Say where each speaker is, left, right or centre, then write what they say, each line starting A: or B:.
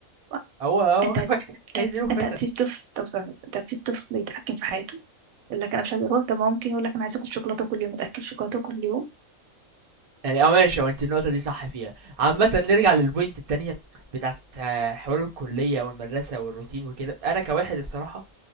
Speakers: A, on the right (about 80°); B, on the right (about 55°).
A: ما
B: هو هو
A: أنت
B: <laughs>
A: هت...
B: مش عايز
A: أنت هت-
B: يروح
A: أنت
B: مثلًا.
A: هتسيب طفل طب ثواني بس، أنت هتسيب طفل يتحكم في حياته يقول لك أنا مش عايز أروح طب ما ممكن يقول لك أنا عايز آكل شوكولاتة كل يوم أتأكل شوكولاتة كل يوم
B: يعني اه ماشي هو انت النقطة دي صح فيها عامة نرجع للبوينت التانية بتاعت آه، حوار الكلية والمدرسة والروتين وكده أنا كواحد الصراحة